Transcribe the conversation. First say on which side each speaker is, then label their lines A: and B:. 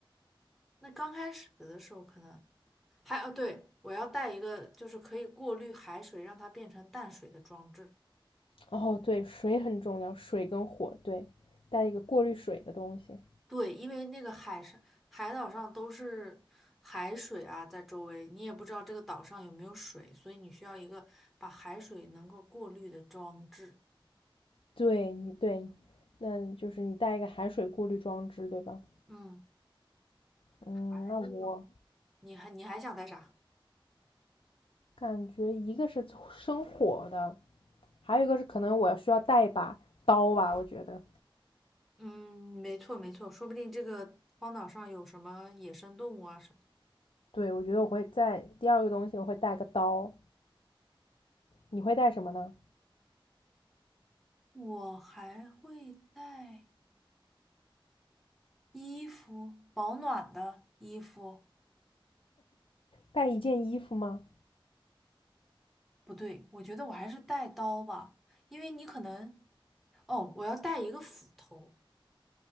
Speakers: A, in the centre; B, on the left.
A: 那刚开始的时候可能还哦，对，我要带一个就是可以过滤海水，让它变成淡水的装置。
B: 哦，对，水很重要，水跟火，对，带一个过滤水的东西。
A: 对，因为那个海上海岛上都是海水啊，在周围，你也不知道这个岛上有没有水，所以你需要一个把海水能够过滤的装置。
B: 对你对，那就是你带一个海水过滤装置，对吧？
A: 嗯，
B: 嗯，
A: 还有，
B: 那我
A: 你还你还想带啥？
B: 感觉一个是生火的，还有一个是可能我需要带一把刀吧，我觉得。
A: 嗯，没错没错，说不定这个荒岛上有什么野生动物啊什么。
B: 对，我觉得我会带第二个东西，我会带个刀。你会带什么呢？
A: 我还会带。衣服，保暖的衣服，
B: 带一件衣服吗？
A: 不对，我觉得我还是带刀吧，因为你可能，哦，我要带一个斧头，